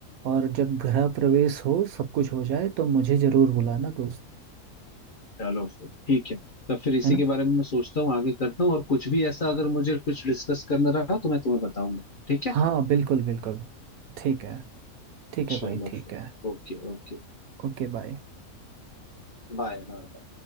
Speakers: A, on the right; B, on the left.
A: और जब गृह प्रवेश हो सब कुछ हो जाए तो मुझे जरूर बुलाना दोस्त
B: चलो फिर ठीक है तब फिर इसी
A: है ना
B: के बारे में मैं सोचता हूँ आगे करता हूँ और कुछ भी ऐसा अगर मुझे कुछ डिस्कस करना रहा तो मैं तुम्हें बताऊंगा ठीक है
A: हाँ बिल्कुल बिल्कुल ठीक है ठीक है
B: चलो
A: भाई ठीक
B: फिर
A: है
B: ओके ओके
A: Okay bye
B: बाय